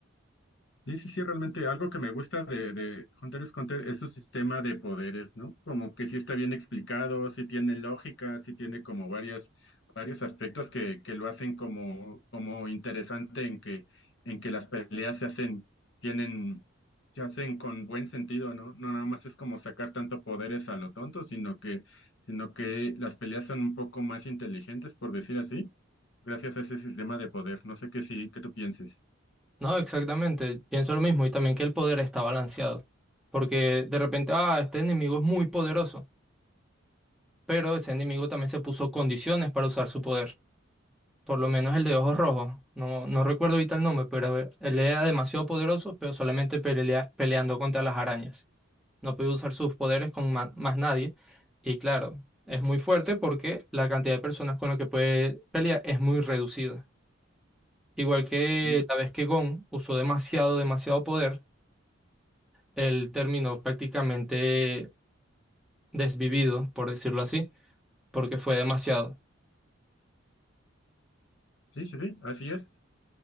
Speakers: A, on the left (about 60°); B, in the centre.
A: sí, sí, sí, realmente algo que me gusta de, de Hunter x Hunter es su sistema de poderes, ¿no? Como que sí está bien explicado, sí tiene lógica, sí tiene como varias, varios aspectos que, que lo hacen como, como interesante en que, en que las peleas se hacen, tienen, se hacen con buen sentido, ¿no? No nada más es como sacar tanto poderes a lo tonto, sino que, sino que las peleas son un poco más inteligentes, por decir así gracias a ese sistema de poder. No sé qué sí, qué tú pienses.
B: No, exactamente. Pienso lo mismo y también que el poder está balanceado. Porque de repente, ah, este enemigo es muy poderoso, pero ese enemigo también se puso condiciones para usar su poder. Por lo menos el de ojos rojos. No, no recuerdo ahorita el nombre, pero a ver, él era demasiado poderoso, pero solamente pelea- peleando contra las arañas. No podía usar sus poderes con ma- más nadie. Y claro, es muy fuerte porque la cantidad de personas con las que puede pelear es muy reducida. Igual que
A: Y-
B: la vez que Gon usó demasiado, demasiado poder Él terminó prácticamente desvivido, por decirlo así, porque fue demasiado.
A: Sí, sí, sí, así es.